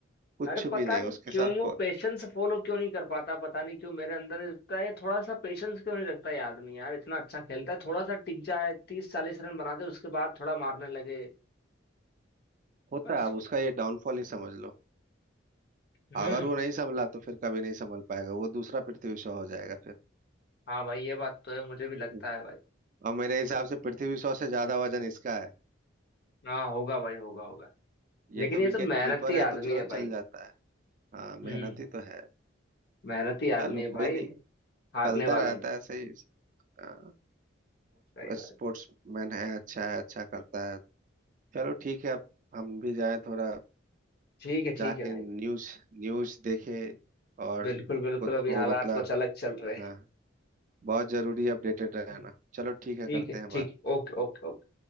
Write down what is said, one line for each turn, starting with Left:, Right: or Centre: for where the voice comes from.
Right: कुछ
Left: अरे पता
Right: भी नहीं
Left: नहीं
Right: उसके
Left: क्यों
Right: साथ
Left: वो
Right: प-
Left: पेशेंस फॉलो क्यों नहीं कर पाता पता नहीं क्यों मेरे अंदर इतना ये थोड़ा सा पेशेंस क्यों नहीं रखता ये आदमी यार इतना अच्छा खेलता है थोड़ा सा टिक जाए तीस चालीस रन बना दे उसके बाद थोड़ा मारने लगे
Right: होता
Left: बस
Right: है अब उसका ये डाउनफॉल ही समझ लो
Left: हम्म
Right: अगर वो नहीं संभला तो फिर कभी नहीं संभल पाएगा वो दूसरा पृथ्वी शॉ हो जाएगा फिर
Left: हाँ भाई ये बात तो है मुझे भी
Right: हम्म।
Left: लगता है भाई
Right: और मेरे हिसाब
Left: पर-
Right: से पृथ्वी शॉ से ज्यादा वजन इसका है
Left: हाँ होगा भाई होगा होगा
Right: ये
Left: लेकिन
Right: तो
Left: ये
Right: विकेट
Left: तो मेहनती
Right: कीपर है
Left: आदमी
Right: तो चलो
Left: है
Right: चल
Left: भाई
Right: जाता है हाँ मेहनती
Left: हम्म
Right: तो है
Left: मेहनती
Right: चलो
Left: आदमी है भाई
Right: कोई नहीं
Left: हारने
Right: चलता
Left: वाला
Right: रहता
Left: नहीं
Right: है सही स्पोर्ट्स
Left: सही बात
Right: स्पोर्ट्स मैन है अच्छा है अच्छा करता है चलो ठीक है अब हम भी जाएं थोड़ा
Left: ठीक है
Right: जाके
Left: ठीक है भाई
Right: न्यूज़ न्यूज़ देखे और
Left: बिल्कुल बिल्कुल
Right: खुद
Left: अभी
Right: को
Left: हालात
Right: मतलब
Left: कुछ अलग चल रहे
Right: हाँ बहुत जरूरी अपडेटेड रहना
Left: हैं
Right: चलो ठीक है
Left: ठीक
Right: करते
Left: है
Right: हैं
Left: ठीक
Right: बात
Left: है, ओके ओके